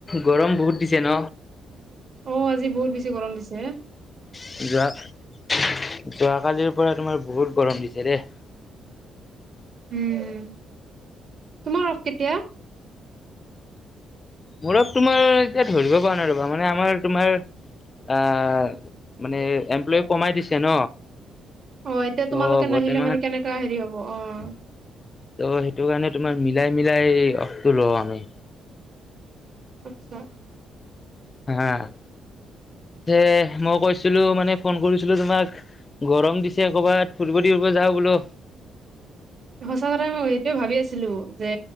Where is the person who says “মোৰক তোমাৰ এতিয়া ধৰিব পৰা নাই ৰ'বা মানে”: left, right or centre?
Left